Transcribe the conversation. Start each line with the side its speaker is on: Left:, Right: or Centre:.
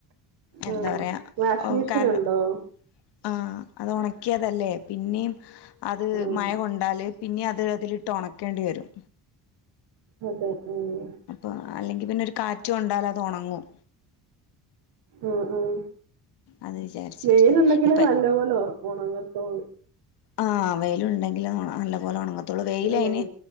Left: എന്താ
Right: ഉം
Left: പറയാ?
Right: വാഷിംഗ് മെഷീൻ
Left: കാരണം.
Right: ഉണ്ടോ
Left: ആ അത് ഉണക്കി നികതല്ലേ പിന്നെയു അത്
Right: ഉം
Left: മഴ കൊണ്ടാല് പിന്ന അത് എടു അതിലിട്ട് ഉണക്കേണ്ടി വരും.
Right: അതെ ഉം.
Left: അപ്പൊ അല്ലെങ്കി പിന്നെ ഒരു കാറ്റ് കൊണ്ടാൽ അത് ഉണങ്ങും.
Right: ഉം ഉം
Left: അത് വിചാരിച്ചിട്ട്
Right: വെയില് ഉണ്ടെങ്കിലും
Left: ഇപ്പ
Right: നല്ല പോലെ ഓർ ഉണങ്ങത്തോള്ളൂ.
Left: ആഹ വെയില് ഉണ്ടെങ്കിലും നല്ല പോലെ ഉണങ്ങത്തുള്ളൂ. വെയില്
Right: എന്തോ